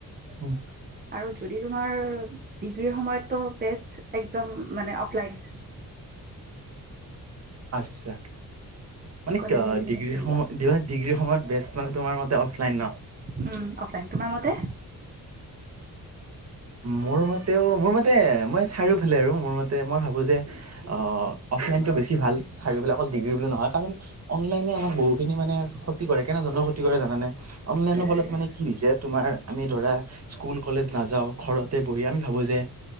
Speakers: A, on the right; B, on the right.
A: উম
B: আৰু যদি তোমাৰ ডিগ্ৰীৰ সময়ত তো বেষ্ট একদম মানে অফলাইন।
A: আচ্ছা। মানে
B: কলেজীয়া
A: ডিগ্ৰীৰ
B: জীৱনত ফিল
A: সময়ত
B: লোৱা
A: ডিগ্ৰীৰ সময়ত বেষ্ট মানে তোমাৰ মতে অফলাইন ন'?
B: উম, অফলাইন, তোমাৰ মতে?
A: মোৰ মতেও মোৰ মতে মই চাৰিওফালে, আৰু মোৰ মতে মই ভাবো যে অহ, অফলাইনটো বেছি ভাল, চাৰিওফালে অকল ডিগ্ৰী বুলি নহয়, কাৰণ অনলাইনে আমাক বহুখিনি মানে ক্ষতি কৰে, কেনেধৰণৰ ক্ষতি কৰে জানানে? অনলাইনৰ
B: কেনেকুৱা
A: ফলত মানে কি হৈছে তোমাৰ আমি ধৰা স্কুল কলেজ নাযাওঁ ঘৰতে বহি আমি ভাবোঁ যে,